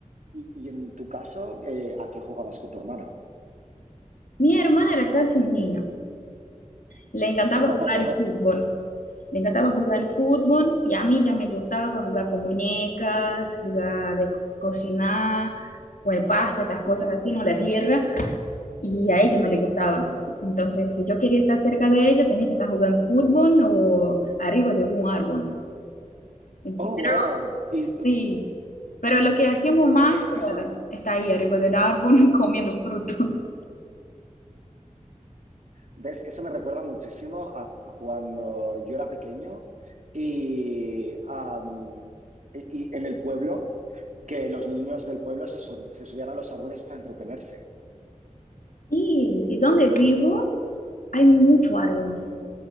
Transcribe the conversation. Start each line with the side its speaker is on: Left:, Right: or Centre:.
Right: y, y en tu caso, eh, ¿a qué jugabas con tu hermana?
Left: Mi hermana era casi un niño. Le encantaba
Right: <laughs>
Left: jugar fútbol. Le encantaba jugar fútbol y a mí ya me gustaba jugar con muñecas, jugar de co- cocinar, comer pasta, estas
Right: Ujú,
Left: cosas así, no la tierra. Y a ella no
Right: ujú.
Left: le gustaba. Entonces, si yo quería estar cerca de ella, tenía que estar jugando fútbol o arriba de algún árbol. <laughs>
Right: Oh, wow. Y eh,
Left: sí. Pero lo que hacíamos más
Right: ves, eso,
Left: era estar ahí arriba del árbol <laughs> comiendo frutos.
Right: ves, eso me recuerda muchísimo a cuando yo era pequeño y, am, y- y en el pueblo, que los niños del pueblo se, son- se subían a los árboles para entretenerse.
Left: Sí, ¿y dónde vivo? hay mucho árbol,